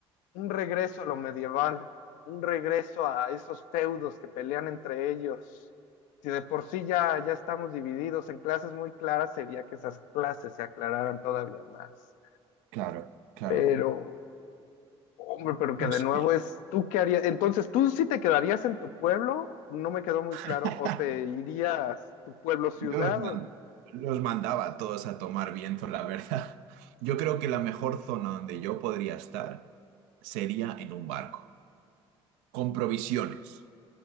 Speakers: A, on the left; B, on the right.
A: un regreso a lo medieval, un regreso a esos feudos que pelean entre ellos. Si de por sí ya, ya estamos divididos en clases muy claras, sería que esas clases se aclararan todavía más.
B: Claro, claro.
A: Pero, hombre, pero que
B: No
A: de nuevo
B: sé.
A: es, ¿tú qué harías? Entonces, ¿tú sí te quedarías en tu pueblo? No me quedó muy claro.
B: <laughs>
A: ¿O te irías tu pueblo ciudad
B: Yo los, man-
A: o
B: los mandaba a todos a tomar viento, la verdad. Yo creo que la mejor zona donde yo podría estar sería en un barco, con provisiones.